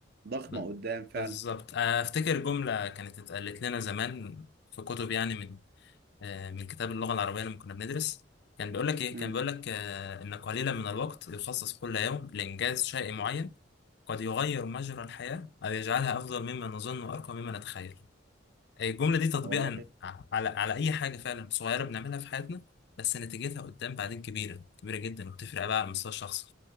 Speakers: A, on the right; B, on the left.
A: ضخمة
B: ب-
A: قدام فعلا
B: بالظبط افتكر جملة كانت اتقالت لنا زمان في كتب يعني من آه، من كتاب اللغة العربية لما كنا بندرس كان بيقول لك ايه
A: امم
B: كان بيقول لك آه، ان قليلا من الوقت يخصص كل يوم لإنجاز شيء معين قد يغير مجرى الحياة أو يجعلها أفضل مما نظن وأرقى مما نتخيل الجملة دي تطبيقا
A: والله
B: على على أي حاجة فعلا صغيرة بنعملها في حياتنا بس نتيجتها قدام بعدين كبيرة كبيرة جدا وبتفرق بقى على المستوى الشخصي